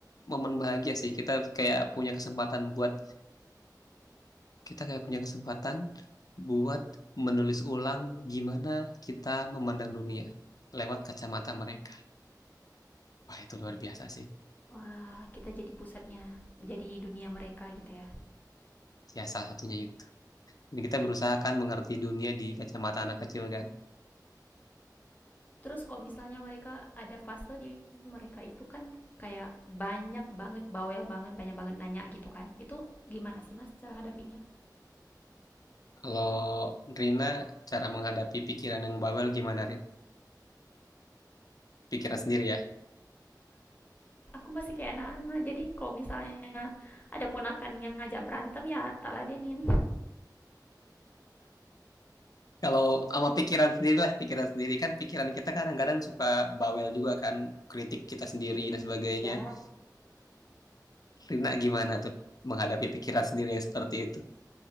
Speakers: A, on the left; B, on the left.
A: momen bahagia sih. Kita kayak punya kesempatan buat kita kayak punya kesempatan buat menulis ulang gimana kita memandang dunia lewat kacamata mereka. Wah, itu luar biasa sih.
B: wah kita jadi pusatnya jadi dunia mereka gitu ya
A: Ya, salah satunya itu. Jadi kita berusaha kan mengerti dunia di kacamata anak kecil kan.
B: terus kalau misalnya mereka ada fase di mereka itu kan kayak banyak banget bawel banget banyak banget nanya gitu kan itu gimana sih mas cara hadapinnya
A: Kalau Rina, cara menghadapi pikiran yang bawel gimana, Rin? Pikiran sendiri ya.
B: aku masih kayak anak-anak jadi kalau misalnya ada ponakan yang ngajak berantem ya tak ladenin
A: Kalau sama pikiran sendiri lah, pikiran sendiri kan pikiran kita kadang-kadang suka bawel juga kan, kritik kita sendiri dan sebagainya.
B: Ya,
A: Rina gimana tuh menghadapi pikiran sendiri yang seperti itu?